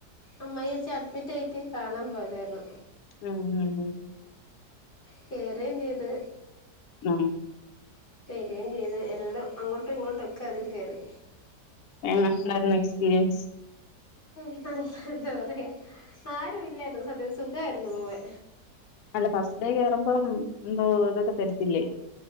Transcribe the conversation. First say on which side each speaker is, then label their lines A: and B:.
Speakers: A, on the left (about 35°); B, on the left (about 70°).
A: അമ്മായി അച്ഛൻ അട് - വിറ്റ് വിറ്റ് കാണാൻ പോയതായിരുന്നു
B: ഉം ഉം ഉം
A: കേറിയേം ചെയ്ത്
B: ആഹ്
A: ബരിയാണി ചെയ്ത് എല്ലാം അങ്ങോട്ടും ഇങ്ങോട്ടൊക്കെ അതില് കേറി
B: എങ്ങനുണ്ടായിരുന്നു എക്സ്പീരിയൻസ്
A: നല്ല എന്താ പറയാ ആരും ഇല്ലായിരുന്നു <unintelligible> ഇതായിരുന്നു പോവേ
B: അല്ല ഫസ്റ്റ് ഡേ കേറുമ്പം എന്തോ ഇതൊക്കെ തരിത്തില്ലേ